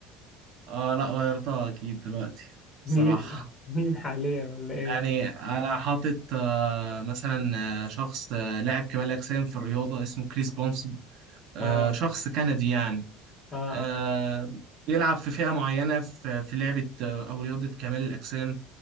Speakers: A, on the right; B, on the left.
A: اه لا غيرتها اكيد دلوقتي صراحة
B: مين <laughs> مين حاليا ولا ايه
A: يعني انا حاطط آه مثلا آه، شخص آه، لاعب كمال اجسام في الرياضة اسمه كريس بونسون آه،
B: اه
A: شخص كندي يعني
B: اه
A: آه،
B: اه
A: يلعب في فئة معينة في في لعبة آه، أو رياضة كمال الأجسام